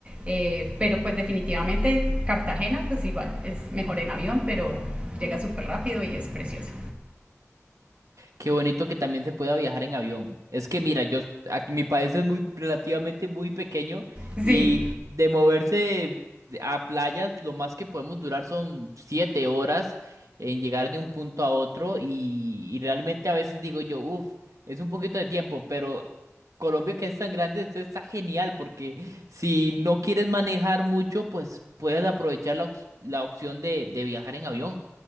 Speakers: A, on the right; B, on the right.
A: Eh, pero pues definitivamente Cartagena, pues igual, es mejor en avión, pero llega súper rápido y es precioso.
B: Qué bonito que también se pueda viajar en avión. Es que mira, yo aquí mi país es muy relativamente muy pequeño
A: Sí,
B: y de moverse a playas, lo más que podemos durar son siete horas en llegar de un punto a otro y, y realmente a veces digo yo, uff, es un poquito de tiempo, pero Colombia que es tan grande, esto está genial porque si no quieres manejar mucho, pues puedes aprovechar la, ox- la opción de, de viajar en avión.